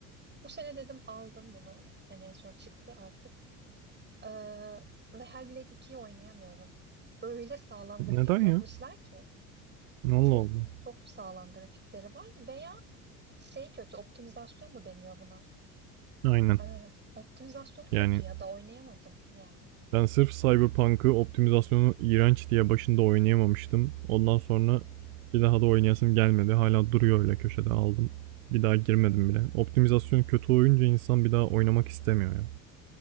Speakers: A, on the right; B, on the right.
A: Bu sene dedim aldım bunu. Hani en son çıktı artık. Ee, ve Hellblade 2'yi oynayamıyorum. Öyle sağlam
B: <laughs>
A: grafik
B: Neden
A: yapmışlar
B: ya?
A: ki.
B: Allah
A: Çok
B: Allah.
A: çok sağlam grafikleri var veya şey kötü optimizasyon mu deniyor buna?
B: Aynen.
A: Ee, optimizasyonu kötü
B: Yani
A: ya da oynayamadım yani.
B: ben sırf Cyberpunk'ı optimizasyonu iğrenç diye başında oynayamamıştım. Ondan sonra bir daha da oynayasım gelmedi. Hala duruyor öyle köşede aldım. Bir daha girmedim
A: Hmm.
B: bile. Optimizasyon kötü oyunca insan bir daha oynamak istemiyor ya.